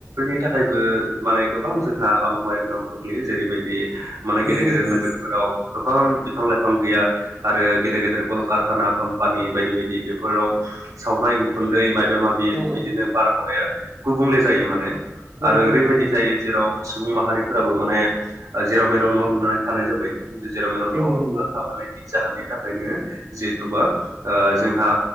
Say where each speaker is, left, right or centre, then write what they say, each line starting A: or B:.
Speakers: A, on the right (about 80°); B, on the right (about 55°).
A: नि थाखायबो माने गोबां जोंहा आबहावाया गोहोम खोख्लैयो जेरैबायदि माने
B: नंगौ
A: गेदेर
B: नोंथां
A: गेदेर नोगोरफोराव गोबां बिफां लाइफां गैया आरो गेदेर गेदेर कलकारखाना कम्पानि बायदि बायदि बेफोराव सावनाय उखुन्दै माबा माबि
B: औ औ
A: बिदिनो बारहावाया गुबुंले जायो माने। आरो
B: नंगौ
A: ओरैबायदि
B: नोंथां औ
A: जायो जेराव सुबुं माहारि फोराबो माने जेराव मेराव न' लुनानै थानाय जाबाय जेराव मेराव
B: नंगौ
A: न'
B: नंगौ
A: थाबानाय जाहोननि थाखायनो जिहेथुबा ओ जोंहा